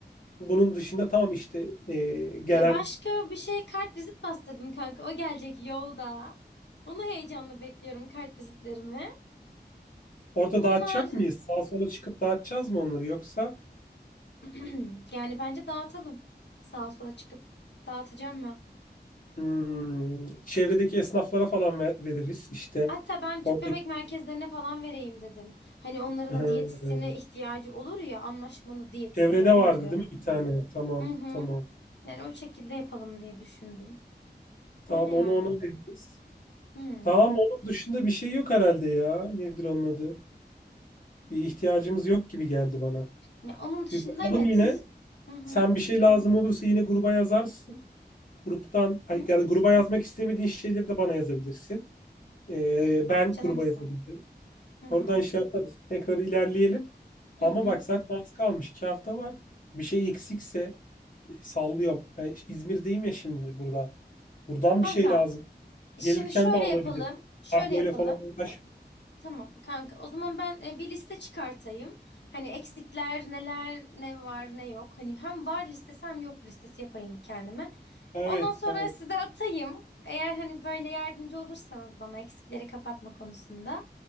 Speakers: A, on the left; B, on the left.
A: Bunun dışında tamam işte eee, gelen
B: Ya başka bir şey kart vizit bastırdım kanka. O gelecek yolda. Onu heyecanla bekliyorum kart vizitlerimi.
A: orada
B: Onun
A: dağıtacak
B: haricinde
A: mıyız? Sağa sola çıkıp dağıtacağız mı onları yoksa
B: <clears throat> yani bence dağıtalım. Sağa sola çıkıp dağıtacağım ben.
A: hmm, çevredeki esnaflara falan ve- veririz. İşte
B: Hatta ben tüp
A: oradaki
B: bebek merkezlerine falan vereyim dedim. Hani onların
A: Hmm.
B: da diyetisyene ihtiyacı olur ya anlaşmalı diyetisyen
A: çevrede vardı
B: gibi.
A: değil mi bir tane? Tamam
B: Hı hı.
A: tamam.
B: Yani o şekilde yapalım diye düşündüm.
A: Tamam
B: Öyle yani.
A: onu ona veririz.
B: Hı.
A: Tamam onun dışında bir şey yok herhalde ya. Nedir onun adı? Bir ihtiyacımız yok gibi geldi bana.
B: Ya onun dışında
A: Bir bakalım
B: evet.
A: yine.
B: Hı hı.
A: Sen bir şey lazım olursa yine gruba yazarsın. Gruptan, ay,
B: Hı.
A: yani gruba yazmak istemediğin şeyleri de bana yazabilirsin. Ee,
B: Ah
A: ben
B: canımsın.
A: gruba yazabilirim.
B: Hı hı.
A: Oradan şey yaparız. Tekrar ilerleyelim. Ama
B: Hı hı.
A: bak zaten az kalmış. İki hafta var. Bir şey eksikse e, sallıyorum. Ben İzmir'deyim ya şimdi burada. Buradan
B: Kanka,
A: bir şey lazım.
B: şimdi
A: Gelirken
B: şöyle
A: de alabilirim.
B: yapalım, şöyle
A: Kargoyla
B: yapalım.
A: falan uğraşmayayım.
B: Tamam kanka. O zaman ben e, bir liste çıkartayım. Hani eksikler neler, ne var, ne yok. Hani hem var listesi hem yok listesi yapayım bir kendime.
A: Evet,
B: Ondan sonra
A: evet.
B: size atayım. Eğer hani böyle yardımcı olursanız bana eksikleri kapatma konusunda